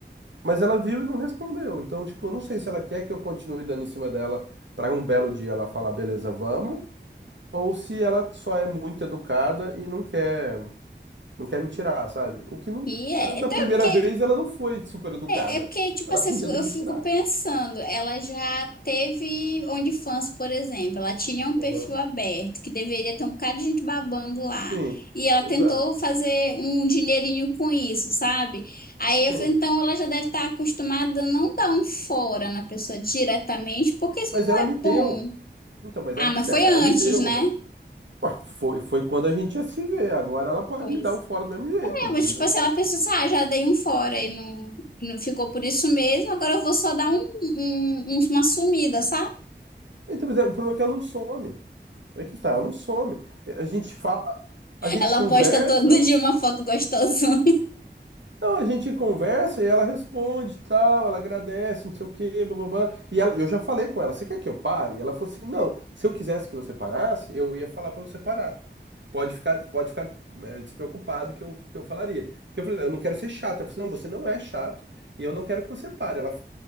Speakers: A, on the right; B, on the left.
A: Mas ela viu e não respondeu. Então, tipo, eu não sei se ela quer que eu continue dando em cima dela para um belo dia ela falar, beleza, vamos, ou se ela só é muito educada e não quer, não quer me tirar, sabe? O que não,
B: E é.
A: ela, da
B: Então,
A: primeira
B: que
A: vez ela não foi super educada.
B: É, é porque, tipo
A: Ela
B: assim,
A: podia
B: eu fico
A: ter
B: eu
A: me
B: fico
A: tirado.
B: pensando, ela já teve OnlyFans, por exemplo, ela tinha um
A: Aham.
B: perfil aberto, que deveria ter um bocado de gente babando lá,
A: Sim,
B: e ela
A: exato.
B: tentou fazer um dinheirinho com isso, sabe? Aí eu
A: Sim.
B: falei, então ela já deve estar acostumada a não dar um fora na pessoa diretamente, porque isso
A: Mas
B: não
A: ela
B: é
A: me deu.
B: bom.
A: Então, mas
B: Ah,
A: aí
B: mas
A: que tá,
B: foi
A: ela
B: antes,
A: me deu,
B: né?
A: né? Ué, Foi, foi quando a gente ia se ver. Agora ela pode
B: Pois.
A: me dar o fora do mesmo jeito, entendeu?
B: É, mas tipo assim, ela pensou assim, ah, já dei um fora e não, não ficou por isso mesmo, agora eu vou só dar um, um- um- uma sumida, sabe?
A: Então, mas é- o problema é que ela não some. É que tá, não some. A gente fala, a gente
B: Ela
A: conversa.
B: posta todo dia uma foto gostosona.
A: Não, a gente conversa e ela responde, tal, ela agradece, não sei o quê, bababá. E ela, eu já falei com ela, você quer que eu pare? E ela falou assim, não, se eu quisesse que você parasse, eu ia falar pra você parar. Pode ficar, pode ficar é, despreocupado que eu, que eu falaria. Porque eu falei, eu não quero ser chato. Ela falou, assim, não, você não é chato e eu não quero que você pare. Ela,